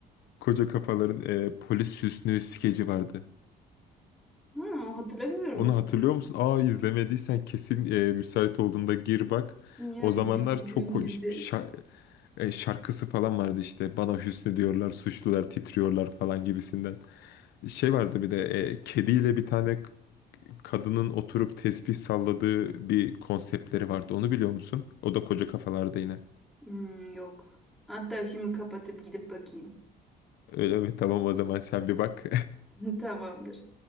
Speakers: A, on the left; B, in the centre.
A: koca kafaların e, polis Hüsnü skeci vardı.
B: Ha, hatırlamıyorum
A: Onu
B: o kadar.
A: hatırlıyor musun? Aa izlemediysen kesin e, müsait olduğunda gir bak.
B: Dünya
A: O
B: gidip
A: zamanlar
B: izleyeyim
A: çok
B: şimdi.
A: hoş- şa- e, şarkısı falan vardı işte. Bana Hüsnü diyorlar, suçlular titriyorlar falan gibisinden. Şey vardı bir de e, kediyle bir tane k- kadının oturup tesbih salladığı bir konseptleri vardı. Onu biliyor musun? O da koca kafalarda yine.
B: Hmm, yok. Hatta şimdi kapatıp gidip bakayım.
A: Öyle mi? Tamam o zaman sen bir bak.
B: <laughs> Tamamdır.